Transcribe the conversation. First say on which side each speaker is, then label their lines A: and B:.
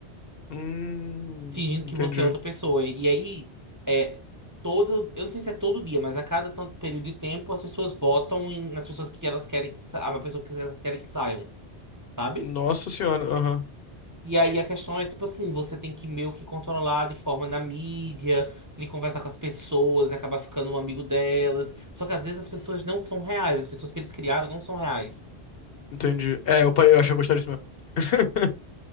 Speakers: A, on the left; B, on the right.
A: Hum,
B: fingindo
A: entendi.
B: que você é outra pessoa. E aí, é, todo, eu não sei se é todo dia, mas a cada tanto período de tempo, as pessoas votam em- nas pessoas que elas querem que sa- a pessoa que elas querem que saiam, sabe?
A: Nossa senhora, aham.
B: E aí a questão é, tipo assim, você tem que meio que controlar de forma na mídia, você tem que conversar com as pessoas, acabar ficando um amigo delas. Só que às vezes as pessoas não são reais, as pessoas que eles criaram não são reais.
A: Entendi. É, eu, pa- eu achei que eu gostaria disso mesmo. <laughs>